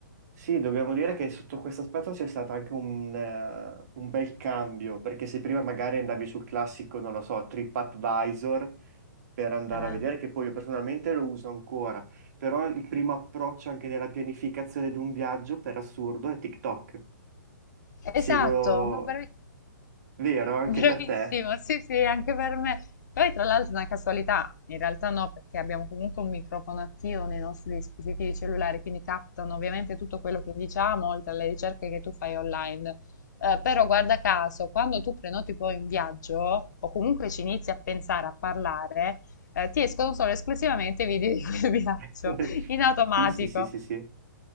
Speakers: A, on the right (about 55°); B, on the left (about 65°).
A: Sì, dobbiamo dire che sotto questo aspetto c'è stato anche un, eh, un bel cambio, perché se prima magari andavi sul classico, non lo so, TripAdvisor per andare
B: Eh,
A: a vedere, che poi io personalmente lo uso ancora, però il primo approccio anche nella pianificazione di un viaggio, per assurdo, è TikTok.
B: Esatto,
A: Seguo,
B: no, bravi-
A: vero,
B: <laughs>
A: anche
B: bravissimo,
A: per te.
B: sì, sì, anche per me. Poi tra l'altro è una casualità, in realtà no, perché abbiamo comunque un microfono attivo nei nostri dispositivi cellulari, quindi captano ovviamente tutto quello che diciamo, oltre alle ricerche che tu fai online. Eh, però guarda caso, quando tu prenoti poi un viaggio, o comunque ci inizi a pensare, a parlare, eh, ti escono solo esclusivamente i video di quel <laughs> viaggio,
A: <laughs>
B: in automatico.
A: Sì, sì, sì, sì, sì.